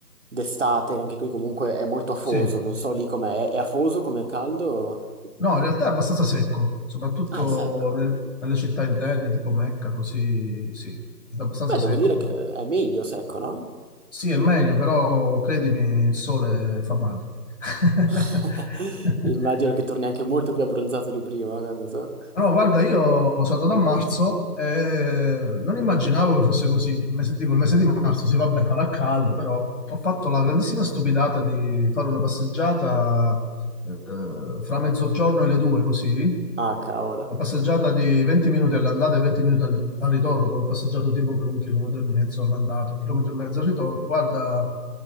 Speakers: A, on the right; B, on the left.
A: d'estate, che anche qui comunque è molto afoso,
B: Sì.
A: non so lì com'è. È, è afoso come caldo?
B: No, in realtà è abbastanza secco, soprattutto
A: Ah, è secco.
B: nel- nelle città interne, tipo Mecca, così, sì, è abbastanza
A: Beh,
B: secco.
A: devo dire
B: un
A: che
B: po'.
A: è meglio secco, no?
B: Sì, è meglio, però credimi, il sole fa male. <laughs>
A: <laughs> Immagino che torni anche molto più abbronzato di prima, quando so.
B: Ma No, guarda, io sono andato a marzo e non immaginavo che fosse così. Il mese, dico, il mese di marzo, sì, vabbè, farà caldo, però ho fatto la grandissima stupidata di fare una passeggiata eh, fra mezzogiorno e le due, così.
A: Ah, cavolo.
B: Una passeggiata di 20 minuti all'andata e 20 minuti al, al ritorno, dove ho passeggiato tipo per un chilometro e mezzo all'andata, un chilometro e mezzo al ritorno. Guarda,